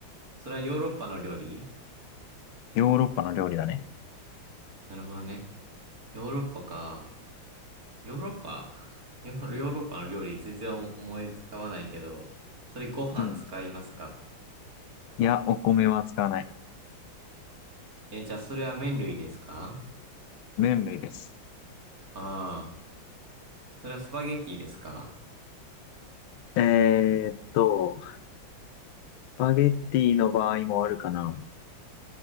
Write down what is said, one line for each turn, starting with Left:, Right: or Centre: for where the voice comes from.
Right: それはヨーロッパの料理
Left: ヨーロッパの料理だね。
Right: なるほどね。ヨーロッパか。ヨーロッパ <laughs> ヨーヨーロッパの料理全然思いつかわないけど、それご飯使いますか
Left: うん。いや、お米は使わない。
Right: えーじゃあそれは麺類ですか
Left: 麺類です。
Right: ああー、それはスパゲッティですか
Left: えーっと、スパゲッティの場合もあるかな。